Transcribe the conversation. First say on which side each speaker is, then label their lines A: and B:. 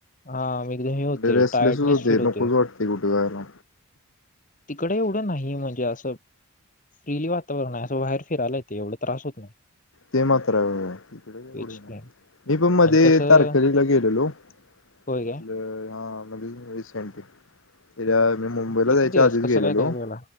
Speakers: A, on the left; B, on the left.
A: हा एकदम हे
B: म्हणजे
A: होते
B: रेस्टलेसच
A: टायर्टनेस
B: होते
A: फील होतोय,
B: नकोच वाटते कुठे जायला
A: तिकड असं नाहीये एवढं नाहीये म्हणजे असं फ्रीली वातावरण आहे असं बाहेर फिरायला येत एवढं त्रास होत नाही.
B: ते मात्र हाय हिकडं एवढ
A: तेच
B: नई, होय
A: नाही
B: मी पण मध्ये
A: आणि कसं
B: तारकर्लीला गेलेलो.
A: होय
B: आपल
A: काय
B: हा. रिसेंटली. यार मी मुंबईला
A: किती
B: जायच्या
A: दिवस
B: आधीच
A: कसं
B: गेलालो,
A: काय काय केला